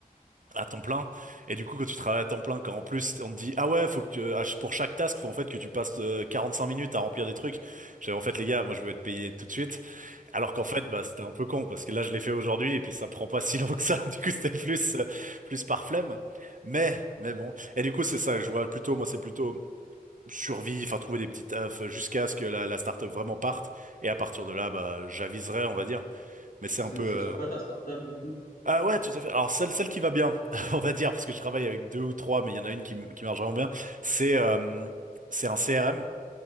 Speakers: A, on the right; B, on the left.
A: à temps plein. Et du coup, quand tu travailles à temps plein, quand en plus on te dit, ah ouais, faut que tu, à ch- pour chaque task, faut en fait que tu passes euh, 45 minutes à remplir des trucs. J'avais en fait, les gars, moi je veux être payé tout de suite. Alors qu'en fait, bah, c'était un peu con parce que là, je l'ai fait aujourd'hui et puis ça prend pas <laughs> si long que ça. <laughs> Du coup, c'était plus, euh, plus par flemme. Mais, mais bon. Et du coup, c'est ça, je vois plutôt, moi, c'est plutôt survie, enfin, trouver des petits tafs jusqu'à ce que la, la startup vraiment parte. Et à partir de là, bah, j'aviserai, on va dire. Mais c'est
B: C'est
A: un peu,
B: c'est
A: euh,
B: sur quoi ta startup, du coup?
A: ah ouais, tout à fait. Alors celle, celle qui va bien, <laughs> on va dire, parce que je travaille avec deux ou trois, mais il y en a une qui, m- qui marche vraiment bien, c'est euh, c'est un CRM,